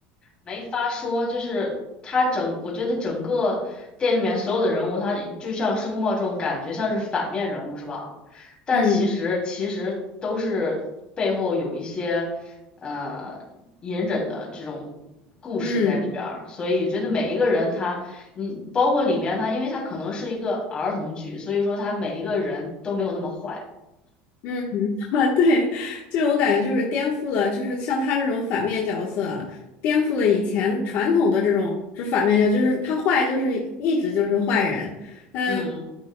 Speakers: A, on the left; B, on the left.
A: 没法说，就是他整，我觉得整个电影里面所有的人物，他就像申公豹这种感觉像是反面人物是吧？但其实其实都是背后有一些呃隐忍的这种故事在里边儿，
B: 嗯嗯。
A: 所以我觉得每一个人他，你包括里面他，因为他可能是一个儿童剧，所以说他每一个人都没有那么坏，
B: 嗯，<laughs> 啊对，就是我感觉就是颠覆了，就是像他这种反面角色，颠覆了以前传统的这种就是反面角色就是他坏就是一直就是坏人，呃，
A: 嗯。